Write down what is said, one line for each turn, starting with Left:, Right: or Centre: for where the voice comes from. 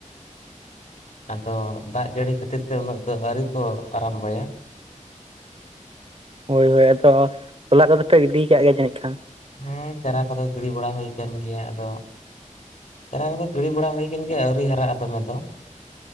Left: ᱟᱫᱚ ᱫᱟᱜ ᱡᱟᱹᱲᱤ ᱠᱷᱟᱹᱛᱤᱨ ᱛᱮ ᱩᱱᱟᱹᱜ ᱫᱚ ᱟᱶᱨᱤ ᱠᱚ ᱟᱨᱟᱢᱵᱷᱚᱭᱟ
Right: ᱦᱳᱭ ᱦᱳᱭ ᱟᱫᱚ ᱛᱚᱞᱟ ᱠᱚᱫᱚ ᱯᱮ ᱜᱤᱰᱤ ᱟᱠᱟᱫ ᱜᱮᱭᱟ ᱡᱟᱹᱱᱤᱡ ᱠᱷᱟᱱ?
Left: ᱦᱮᱸ ᱪᱟᱨᱟ ᱠᱚᱫᱚ ᱜᱤᱰᱤ ᱵᱟᱲᱟ ᱦᱩᱭ ᱟᱠᱟᱱ ᱜᱮᱭᱟ ᱟᱫᱚ ᱪᱟᱨᱟ ᱠᱚ ᱫᱚ ᱜᱤᱲᱤ ᱵᱟᱲᱟ ᱦᱩᱭ ᱠᱟᱱ ᱜᱮᱭᱟ ᱟᱹᱣᱨᱤ ᱦᱟᱨᱟᱜᱼᱟ ᱫᱚᱢᱮ ᱫᱚ